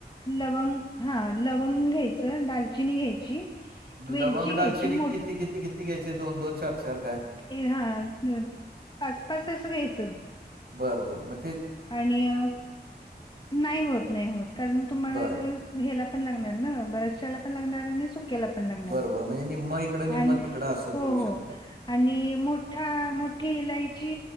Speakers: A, on the left; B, on the right.
A: लवंग, हां लवंग घ्यायचं, दालचिनी घ्यायची. वेलची
B: लवंग
A: घ्यायची
B: डालचीनी
A: मोठ
B: किती-किती-किती घ्यायची दोन-दोन चार-चार.
A: <unintelligible> हा पाच-पाच असं घ्यायचं.
B: बरं बरं म.
A: आणि अं नाही होत, नाही होत कारण तुम्हाला
B: बर
A: जर ह्याला पण लागणार ना, बऱ्याचशला पण लागणार आणि सुख क्याला पण लागनार
B: बर बर म्हणजे निम्म इकडं निम्म
A: आणि
B: तिकडं असं
A: हो
B: करू
A: हो
B: शकतं
A: आणि मोठा-मोठी इलायची